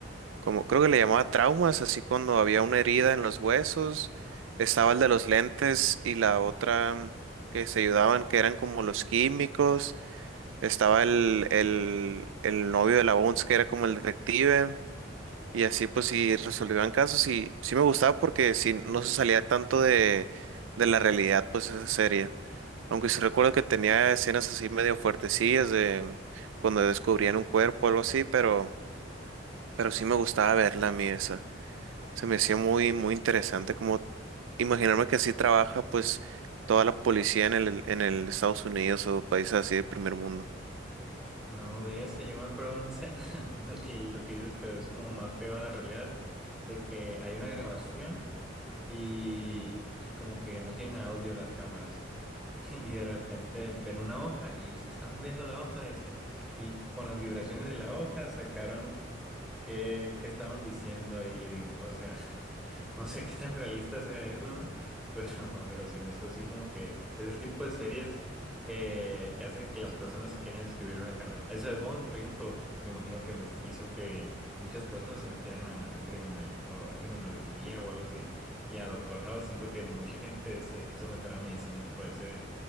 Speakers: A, on the right; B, in the centre.
A: como creo que le llamaba traumas, así cuando había una herida en los huesos. Estaba el de los lentes y la otra que se ayudaban, que eran como los químicos. Estaba el, el, el novio de la Bones, que era como el detective. Y así pues sí resolvían casos y sí me gustaba porque sí no se salía tanto de, de la realidad pues esa serie. Aunque sí recuerdo que tenía escenas así medio fuertecillas de cuando descubrían un cuerpo o algo así, pero, pero sí me gustaba verla a mí esa. Se me hacía muy, muy interesante como imaginarme que así trabaja pues toda la policía en el, en el Estados Unidos o países así de primer mundo.
B: No, de esa, yo me acuerdo de una escena, <laughs> de que lo que dices que es como más pegado a la realidad, de que hay una grabación y, y como que no tienen audio las cámaras. <laughs> Y de repente ven una hoja y se está moviendo la hoja, dicen. Y con las vibraciones de la hoja sacaron qué, qué estaban diciendo y digo, o sea, <laughs> no sé qué tan realista sea eso, ¿no? <laughs> Pero, pero se me hizo así como que es el tipo de series que, que hace que las personas se quieran escribir una carrera. Eso de Bond, por ejemplo, me imagino que me hizo que muchas personas se metieran a, a criminal, a a criminología o algo así. Y a Doctor House siento que mucha gente se quiso meter a medicina por ese